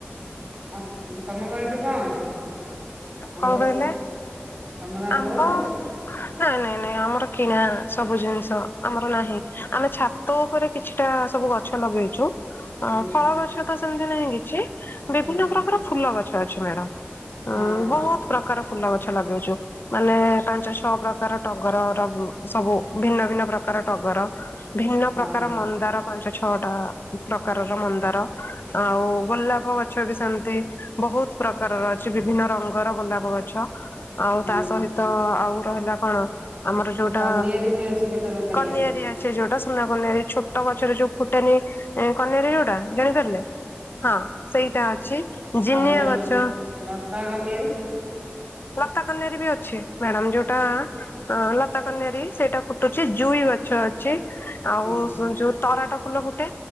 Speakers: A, on the right; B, on the left.
A: ଆଉ ତମ ବାଡିରେ କଣ ଅଛି ଆମ୍ବ
B: କଣ
A: ଗଛ
B: କହିଲେ
A: ଅଛି ତମର
B: ଆମ୍ବ
A: ଗଛ ଅଛି?
B: ନାଇଁ ନାଇଁ ଆମର କିଣା ସବୁ ଜିନିଷ ଆମର ନାହିଁ ଆମେ ଛାତ ଉପରେ କିଛିଟା ସବୁ ଗଛ ଲଗେଇଛୁ ଅ
A: ହୁଁ ହୁଁ
B: ଫଳ ଗଛ ତ ସେମତି ନାହିଁ କିଛି ବିଭିନ୍ନ
A: ହୁଁ
B: ପ୍ରକାର ଫୁଲ ଗଛ ଅଛି ମ୍ୟାଡାାମ
A: ହଁ ହଁ
B: ବହୁତ ପ୍ରକାର ଫୁଲ ଗଛ ଲଗେଇଛୁ ମାନେ ପାଞ୍ଚ ଛ ପ୍ରକାର ଟଗରର ସବୁ ଭିନ୍ନ ଭିନ ପ୍ରକାର ଟଗର ଭିନ୍ନ
A: ହଁ
B: ପ୍ରକାର ମନ୍ଦାର ପାଞ୍ଚ ଛଅଟା ପ୍ରକାରର ମନ୍ଦାର ଆଉ ଗୋଲାପ ଗଛ ବି ସେମିତି ବହୁତ ପ୍ରକାରର ଅଛି ବିଭିନ୍ନ ରଙ୍ଗ ଗର ଗୋଲାପ ଗଛ ଆଉ
A: ହୁଁ।
B: ତା ସହିତ ଆଉ ରହିଲା କଣ ଆମର ଯୋଉଟା
A: କନିଆରି ବି ଅଛି କେତେ ପ୍ରକାରିଆ
B: କନିଆରି ଅଛି ଯୋଉଟା ସୁନା କନାରୀ ଛୋଟ ଗଛରେ ଯୋଉ ଫୁଟେନି କନରୀ ଯୋଉଟା ଜାଣିପାରିଲେ ହଁ ସେଇଟା ଅଛି ଜିନିଆ
A: ଆଉ ଗୋଟେ
B: ଗଛ
A: ଲ ଲତା କନିଆରି
B: ଲତା କନରୀ ବି ଅଛି ମ୍ୟାଡାମ ଯୋଉଟା
A: ହୁଁ
B: ହଁ ଲତା କନ୍ୟାରୀ ସେଇଟା ଫୁଟୁଛି ଜୁଇ ଗଛ ଅଛି ଆଉ
A: ହୁଁ
B: ତରାଟା ଫୁଲ ଗୋଟେ